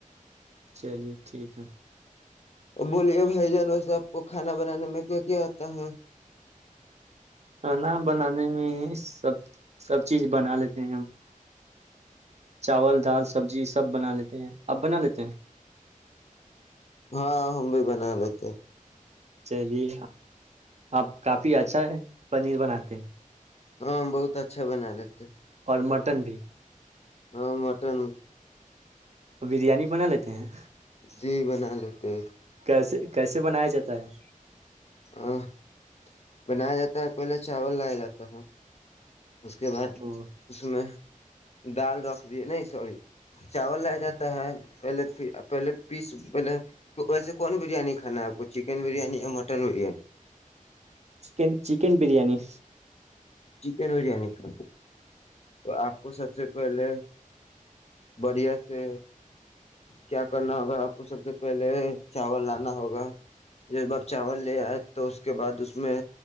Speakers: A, on the right; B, on the left.
A: چلیے ٹھیک ہے
B: اور بولیے بھائی جان و سے آب کو کھانا بنانے میں کیا کیا آتا ہے
A: کھانا بنانے میں سب سب چیز بنا لیتے ہیں ہم چاول دال سبزی سب بنا لیتے ہیں آپ بنا لیتے ہیں
B: ہاں ہم بھی بنا لیتے
A: چلیے آپ کافی اچھا پنیر بناتے ہیں
B: ہاں بہت اچھا بنا لیتے
A: اور مٹن بھی
B: ہاں مٹن
A: بریانی بنا لیتے ہیں
B: جی بنا لیتے
A: کیسے کیسے <inaudible>
B: آ <inaudible> بنایا جاتا ہے پہلے چاول لایا جاتا ہے اس کے بعد
A: وہ
B: اس میں دال رکھ نہیں سوری چاول لایا جاتا ہے پہلے پہلے پیس پہلے ویسے کون بریانی کھانا ہے آپ کو چکن بریانی یا mutton biryani
A: chicken chicken biryani
B: chicken biryani کھ تو آپ کو سب سے پہلے بڑھیا سے کیا کرنا ہوگا آپ کو سب سے پہلے چاول لانا ہوگا جب آپ چاول لے آئے تو اس کے بعد اس میں